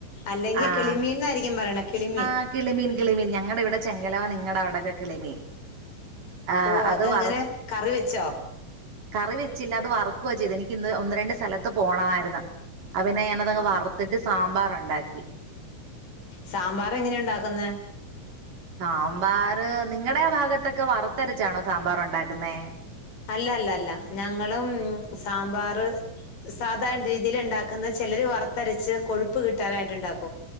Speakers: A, on the left (about 90°); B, on the right (about 70°).
A: അല്ലെങ്കി
B: ആഹ്
A: കിളിമീൻന്നായിരിക്കും പറയണെ കിളിമീൻ.
B: ആഹ് കിളിമീൻ കിളിമീൻ ഞങ്ങടെവ്ടെ ചെങ്കലവ നിങ്ങടവ്ടൊക്കെ കിളിമീൻ. ആഹ്
A: ഓഹ്
B: അത്
A: അതെങ്ങനെ
B: വറ
A: കറി വെച്ചോ.
B: കറി വെച്ചില്ല അത് വറുക്കുവാ ചെയ്തെ എനിക്കിന്ന് ഒന്ന് രണ്ട് സ്ഥലത്ത് പോണവായിര്ന്ന്. അ പിന്നെ ഞാനതങ്ങ്
A: ആ
B: വറ്ത്തിട്ട് സാമ്പാറൊണ്ടാക്കി
A: സാമ്പാറെങ്ങനെ ഒണ്ടാക്ക്ന്നെ.
B: സാമ്പാറ് നിങ്ങടെ ആ ഭാഗത്തൊക്കെ വറുത്തരച്ചാണോ സാമ്പാറൊണ്ടാക്ക്ന്നേ.
A: അല്ലല്ലല്ല ഞങ്ങളും സാമ്പാറ് സാധാര്ണ രീതിയില്ണ്ടാക്ക്ന്ന് ചെലര് വർത്തരച്ച് കൊഴുപ്പ് കിട്ടാനായിട്ട്ണ്ടാക്കും.